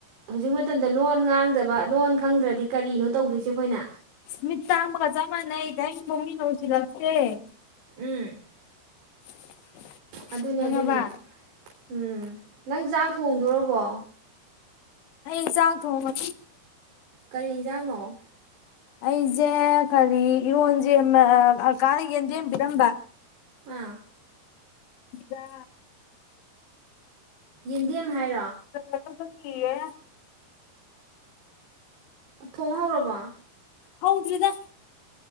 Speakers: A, on the right; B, on the left.
A: ꯍꯧꯖꯤꯛ ꯃꯇꯝꯗ ꯂꯣꯟ ꯉꯥꯡꯗꯕ ꯂꯣꯟ ꯈꯪꯗ꯭ꯔꯗꯤ ꯀꯔꯤꯅꯣ ꯇꯧꯗꯣꯏꯁꯦ ꯑꯩꯈꯣꯏꯅ
B: ꯃꯤ ꯊꯥꯡ ꯆ ꯃꯥꯅꯏ ꯀꯥꯏ ꯃꯝꯃꯃꯤ ꯅꯧ ꯁꯤ ꯂ ꯍꯝ
A: ꯎꯝ
B: <inaudible>
A: ꯑꯗꯨꯅꯦ
B: ꯈꯪꯉꯕ
A: ꯑꯗꯨꯅꯦ ꯎꯝ ꯅꯪ ꯊꯣꯡꯗꯣꯔꯕꯣ
B: ꯑꯩ ꯆꯥ ꯊꯣꯡꯉ
A: ꯀꯔꯤ ꯌꯦꯟꯁꯥꯡꯅꯣ ꯑꯣꯐ
B: ꯑꯩꯁꯦ ꯀꯔꯤ ꯏꯔꯣꯟꯁꯦ ꯑꯜꯀꯥꯅ ꯌꯦꯟꯖꯦꯝꯕꯤꯔꯝꯕ
A: ꯑꯥ
B: ꯁꯤꯗ
A: ꯏꯟꯌꯥ ꯦꯔꯥ
B: ꯆꯜꯂꯒ ꯀꯤꯌꯦ
A: ꯊꯣꯡ ꯍꯧꯧꯔꯕ
B: ꯍꯥꯎꯗ꯭ꯔꯗ